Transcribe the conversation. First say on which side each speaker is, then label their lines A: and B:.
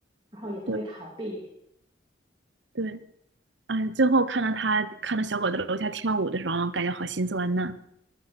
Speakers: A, on the right; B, on the right.
A: 然后也不会逃避。
B: 对对，哎，最后看到他看到小狗在楼下跳舞的时候，感觉好心酸呐。